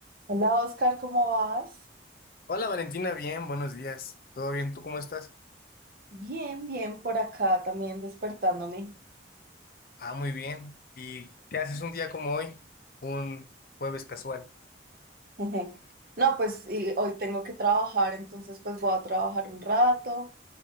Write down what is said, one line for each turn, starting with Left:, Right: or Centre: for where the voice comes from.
Right: Hola Oscar, ¿cómo vas?
Left: Hola Valentina, bien, buenos días. ¿Todo bien? ¿Tú cómo estás?
Right: Bien, bien, por acá también despertándome.
Left: Ah, muy bien. ¿Y qué haces un día como hoy? Un jueves casual.
Right: <laughs> No, pues y hoy tengo que trabajar, entonces pues voy a trabajar un rato.